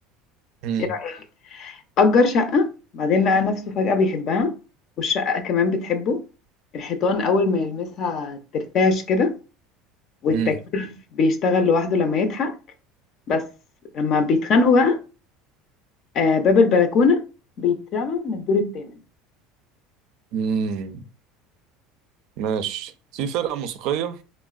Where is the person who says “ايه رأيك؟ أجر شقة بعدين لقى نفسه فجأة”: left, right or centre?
Left